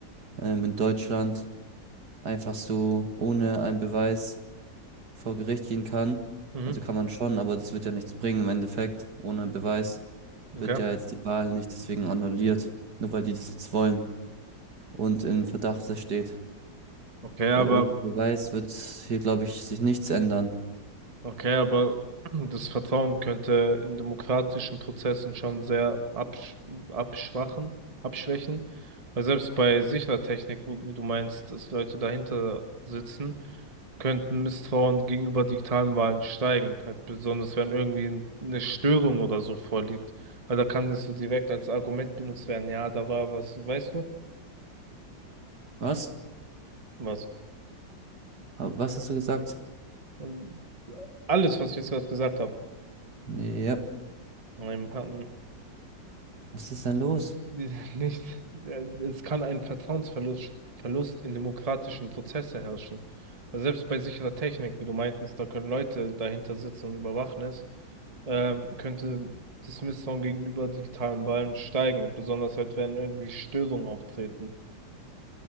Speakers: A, on the right; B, on the right.
A: ähm, in Deutschland einfach so ohne einen Beweis vor Gericht gehen kann.
B: mhm,
A: Also kann man schon, aber das wird ja nichts bringen im Endeffekt. Ohne Beweis
B: okay.
A: wird ja jetzt die Wahl nicht deswegen annulliert, nur weil die das jetzt wollen und in Verdacht das steht.
B: Okay, aber
A: Weil ohne Beweis wird hier, glaube ich, sich nichts ändern.
B: Okay, aber das Vertrauen könnte in demokratischen Prozessen schon sehr absch abschwachen, abschwächen. Weil selbst bei sicherer Technik, wo- wie du meinst, dass Leute dahinter sitzen, könnten Misstrauen gegenüber digitalen Wahlen steigen. Halt besonders wenn irgendwie eine Störung oder so vorliegt. Weil da kann das so direkt als Argument benutzt werden. Ja, da war was, weißt du?
A: Was?
B: Was?
A: Ha- Was hast du gesagt?
B: Ähm, Alles, was ich jetzt gerade gesagt habe.
A: Ja,
B: Ähm, hatten-
A: was ist denn los?
B: Ja, Nicht, äh, es kann ein Vertrauensverlust Verlust in demokratischen Prozesse herrschen. Weil selbst bei sicherer Technik, wie du meintest, da können Leute dahinter sitzen und überwachen es, ähm, könnte das Misstrauen gegenüber digitalen Wahlen steigen, besonders halt, wenn irgendwie Störungen auftreten.